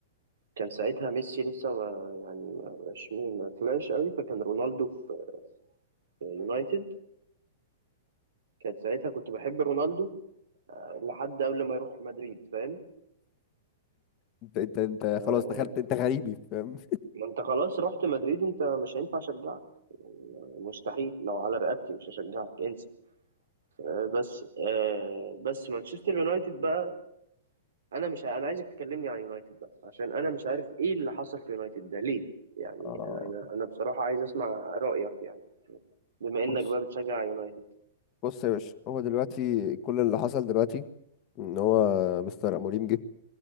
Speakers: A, on the right (about 85°); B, on the left (about 35°).
A: كان ساعتها ميسي لسه ما يعني ما مش ما طلعش قوي فكان رونالدو في في يونايتد كانت ساعتها كنت بحب رونالدو لحد قبل ما يروح مدريد فاهم
B: انت انت انت
A: آه،
B: خلاص دخلت انت غريبي فاهم
A: ما انت خلاص رحت مدريد انت مش هينفع اشجعك مستحيل لو على رقبتي مش هشجعك انسى آه، بس آه، بس مانشستر يونايتد بقى انا مش ع- انا عايزك تكلمني عن يونايتد بقى عشان انا مش عارف ايه اللي حصل في يونايتد ده ليه يعني
B: اه
A: انا انا أنا بصراحة عايز اسمع رأيك يعني بما انك
B: بص
A: بقى بتشجع يونايتد
B: بص يا باشا هو دلوقتي كل اللي حصل دلوقتي ان هو مستر اموريم جه